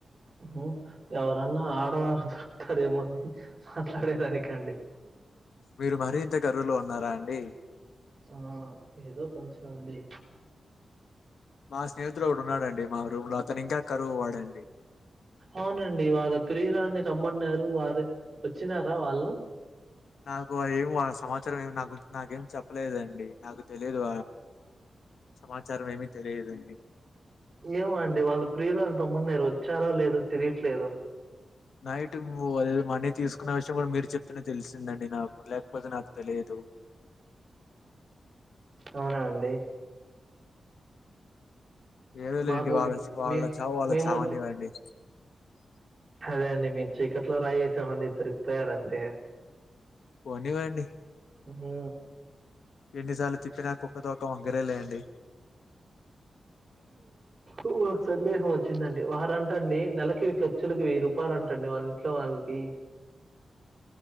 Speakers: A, on the right; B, on the left.
A: ఆమ్మో ఎవరన్నా ఆడవాళ్ళు దొరుకుతారేమో అని మాట్లాడేదానికండి.
B: మీరు మరి ఇంత కరువులో ఉన్నార అండి.
A: ఆ ఏదో కొంచెం అండి.
B: మా స్నేహితులో ఒకడు ఉన్నాడండి. మా రూమ్ లో అతను ఇంకా కరువు వాడండి.
A: అవునండి వాళ్ళ ప్రియురాలిని రమ్మన్నారు వారు వచ్చినారా వాళ్ళు.
B: నాకు ఏమ్ సమాచారం ఏమి నాకు నాకేం చెప్పలేదండి నాకు తెలీయదు. సమాచారం ఏమి తెలియదండి.
A: ఏమోఅండి వాళ్ళ ప్రియురాలుని రమ్మన్నారు వచ్చారో లేదో తిలియట్లేదు.
B: నైట్ అది ఏదో మనీ తీసుకున్న విషయం కూడా మీరు చెప్తేనే తెలిసిందండి. నాకు లేకపోతే నాకు తెలియదు.
A: అవునా అండి.
B: ఏదోలేండి
A: మాకు
B: వాళ్ళ
A: ఇ-
B: చా వాళ్ళ
A: మే
B: చావు వాళ్లు
A: మేము
B: చావనివ్వండి.
A: అదే అండి నేను చికట్లో రాయి ఏసానండి దొరికిపోయారు అండి.
B: పోనివ్వండి.
A: హు హు
B: ఎన్నిసార్లు చెప్పినా కుక్కతోక వంకరేలెండి.
A: ఉ ఒక సందేహం వచ్చిందండి వారంట అండి నెలకి ఇక. ఖర్చులకి వెయ్యి రూపాయలు అంటండి వాళ్ళ ఇంట్లో వాళ్ళకి.